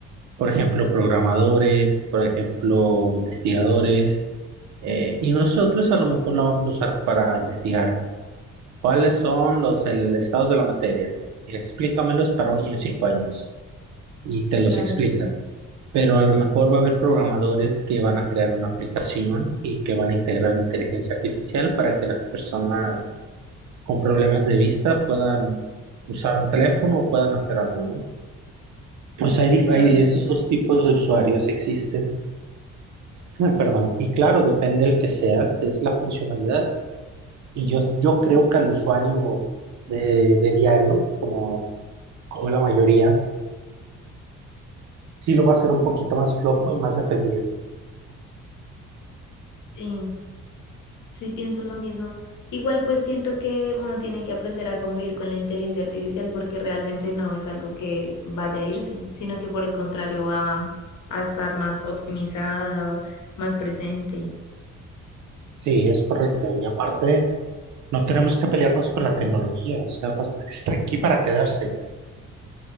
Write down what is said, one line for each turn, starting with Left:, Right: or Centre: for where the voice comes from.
Right: por ejemplo, programadores, por ejemplo, investigadores, eh, y nosotros a lo mejor la vamos a usar para investigar cuáles son los el- estados de la materia. Explícamelos para un niño de 5 años y te los
Left: claro,
Right: explica.
Left: sí,
Right: Pero a lo mejor va a haber programadores que van a crear una aplicación y que van a integrar inteligencia artificial para que las personas con problemas de vista puedan usar un teléfono o puedan hacer algo, ¿no? Pues hay, dif-
Left: claro,
Right: hay
Left: sí.
Right: esos dos tipos de usuarios existen Perdón, y claro, depende del que seas, es la funcionalidad. Y yo, yo creo que al usuario de, de diario, como, como la mayoría, sí lo va a hacer un poquito más flojo y más dependiente.
Left: Sí, Sí, pienso lo mismo. Igual pues siento que uno tiene que aprender a convivir con la inteligencia artificial porque realmente no es algo que vaya a irse, sino que por el contrario va a estar más optimizada, más presente.
Right: Sí, es correcto. Y aparte, no tenemos que pelearnos con la tecnología, o sea, bast- está aquí para quedarse.